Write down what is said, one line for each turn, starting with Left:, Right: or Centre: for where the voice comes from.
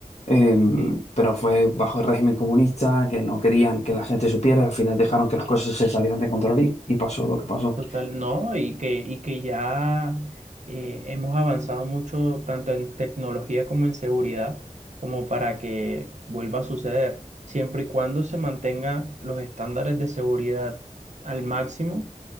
Left: em,
Right: sí,
Left: pero fue bajo el régimen comunista, que no querían que la gente supiera, al final dejaron que las cosas se salieran de control y, y pasó lo que pasó.
Right: total, no, y que, y que ya eh, hemos avanzado mucho tanto en tecnología como en seguridad, como para que vuelva a suceder, siempre y cuando se mantengan los estándares de seguridad al máximo,